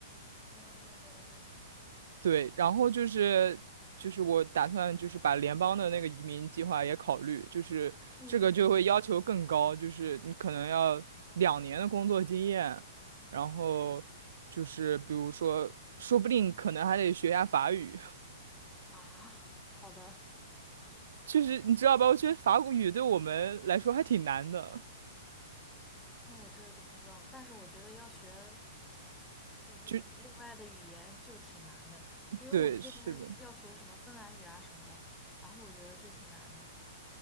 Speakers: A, in the centre; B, on the right (about 60°).
A: 哦，了解。
B: 对，然后就是就是我打算就是把联邦的那个移民计划也考虑，就是这个就会要求更高，
A: 嗯嗯嗯，
B: 就是你可能要两年的工作经验，然后就是比如说，说不定可能还得学一下法语，
A: 啊，好的。
B: <laughs> 就是你知道吧？我觉得法语对我们来说还挺难的，
A: 那我这都不知道，但是我觉得要学第一另外的语言就挺难的，
B: 就
A: 因为我们这边要学什么芬兰语啊什么的，
B: 对，是的，
A: 然后我觉得就挺难的。